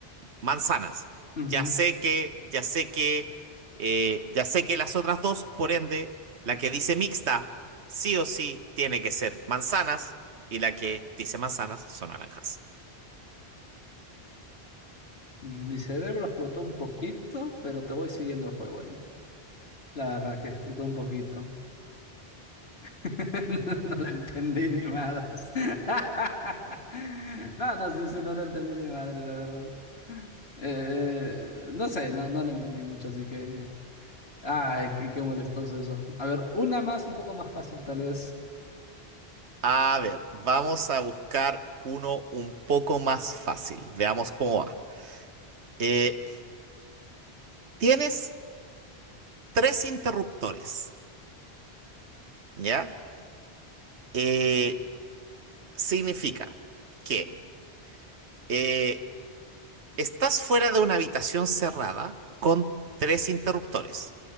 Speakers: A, on the right (about 90°); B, on the left (about 70°).
A: manzanas.
B: ujú,
A: Ya
B: ujú.
A: sé que, ya sé que, eh, ya sé que las otras dos, por ende, la que dice mixta, sí o sí tiene que ser manzanas y la que dice manzanas son naranjas.
B: Mm, Mi cerebro explotó un poquito, pero te voy siguiendo el juego ahí. La verdad que explotó un poquito. <laughs> No la entendí ni madres. <laughs> No, no, sí, sí, no la entendí ni madre, la verdad. Eh, no sé, no, no la entendí mucho, así que. Ay, qué, qué molestoso eso. A ver, una más, un poco más fácil, tal vez.
A: A ver, vamos a buscar uno un poco más fácil. Veamos cómo va. Eh, tienes tres interruptores, ¿ya? Eh, significa que eh, Estás fuera de una habitación cerrada con tres interruptores.